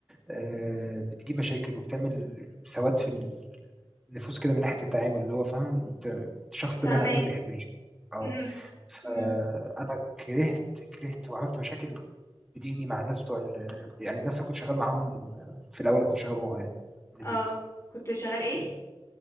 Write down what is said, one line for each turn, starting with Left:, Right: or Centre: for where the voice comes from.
Centre: آآ بتجيب مشاكل وبتعمل سواد في ال النفوس كده من ناحية التعامل اللي هو فاهمة، أنت الشخص ده
Left: فهماك
Centre: باين عليه ما بيحبنيش. آه.
Left: مم.
Centre: فانا
Left: مم.
Centre: كرهت كرهت وعملت مشاكل بديني مع الناس بتوع ال... يعني الناس اللي كنت شغال معاهم في الاول لما كنت شغال وها يعني من البيت
Left: اه كنت شغال ايه؟
Centre: م.